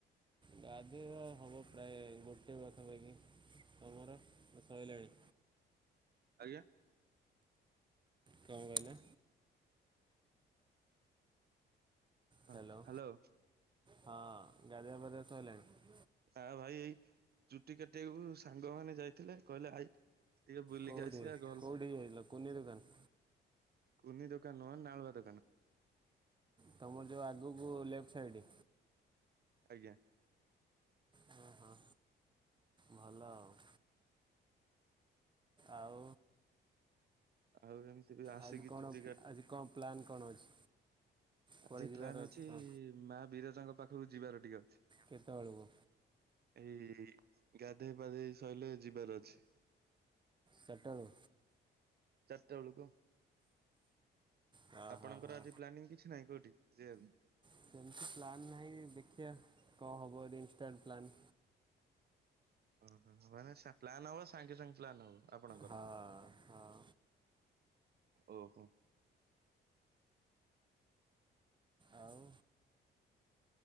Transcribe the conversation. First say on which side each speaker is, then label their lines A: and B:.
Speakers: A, on the right (about 25°); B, on the right (about 55°).
A: ଗାଧେଇବା ହବ ପ୍ରାୟ ଗୋଟେ ପାଖାପାଖି ତମର ସଇଲାଣି?
B: ଆଜ୍ଞା?
A: କଣ କହିଲେ? ହ୍ୟାଲୋ
B: ହଁ ହାଲୋ।
A: ହଁ ଗାଧୁଆ ପାଧୁଆ ସଇଲାଣି?
B: ଆଉ ଭାଇ ଏଇ ଚୁଟି କାଟିବାକୁ ସାଙ୍ଗ ମାନେ ଯାଇଥିଲେ କହିଲେ ଆଇ। ଟିକେ ବୁଲିକି
A: କଉଠି
B: ଆସିବା ଗଲ
A: କଉଠିକି ଯାଇଥିଲ କୁନି ଦୋକାନ୍?
B: କୁନି ଦୋକାନ୍ ନୁହ ନାଳୁଆ ଦୋକାନ।
A: ତମର ଯୋ ଆଗକୁ ଲେଫ୍ଟ୍ ସାଇଡି।
B: ଆଜ୍ଞା।
A: ହଁ ହଁ ଭଲ ଆଉ। ଆଉ।
B: ଆଉ ଏମତି ବି ଆସିକି
A: ଆଜି କଣ
B: ଚୁଟିି କାଟ୍
A: ଆଜି କଣ ପ୍ଲାନ୍ କଣ ଅଛି? କୁଆଡ଼େ
B: ଆଜି
A: ଯିବାର
B: ପ୍ଲାନ୍ ଅଛି
A: କଣ
B: ମା ବିରଜାଙ୍କ ପାଖକୁ ଯିବାର ଟିକେ ଅଛି।
A: କେତେବେଳକୁ?
B: ଏଇ ଗାଧେଇ ପାଧେଇ ସଇଲେ ଯିବାର ଅଛି।
A: ଚାର୍ ଟା ବେଳୁ?
B: ଚାରଟା ବେଳକୁ। <inaudible>
A: ହଁ
B: ଆପଣଙ୍କର
A: ହଁ ହଁ
B: ଆଜି ପ୍ଲାନିଂ କିଛି ନାହିଁ କୋଉଠି ଯିବାକୁ?
A: ସେମିତି ପ୍ଲାନ୍ ନାହିଁ ଦେଖିଆ କଁ ହବ‌ ଯଦି ଇନଷ୍ଟାଣ୍ଟ ପ୍ଲାନ୍।
B: ଓହୋ ମାନେ ସା ପ୍ଲାନ୍ ହବ ସାଙ୍ଗେ ସାଙ୍ଗେ ପ୍ଲାନ୍ ହବ ଆପଣଙ୍କର।
A: ହଁ ହଁ
B: ଓହୋ।
A: ଆଉ।